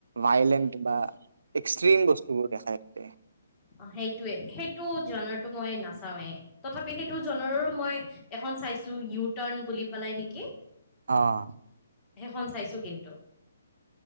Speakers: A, on the right; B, on the left.
A: ভাইলেণ্ট বা এক্সট্ৰিম বস্তুবোৰ দেখাই তাতে
B: অ', সেইটোৱে সেইটো জন মই নাচাওৱেই তথাপি সেইটো জনৰো মই এখন চাইছো ইউটাৰ্ণ বুলি পালাই নেকি?
A: আহ।
B: সেইখন চাইছো কিন্তু।